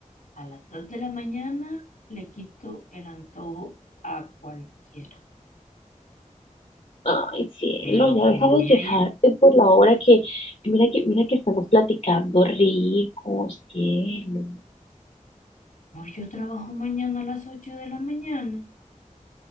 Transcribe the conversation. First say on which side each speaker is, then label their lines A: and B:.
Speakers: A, on the left; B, on the left.
A: a las 2 de la mañana. Le quito el antojo a cualquiera.
B: Ay, cielo,
A: Te lo
B: ya
A: voy
B: deja de quejarte
A: a ir.
B: por la hora que, que mira que, mira que estamos platicando rico, cielo.
A: Pues yo trabajo mañana a las 8 de la mañana.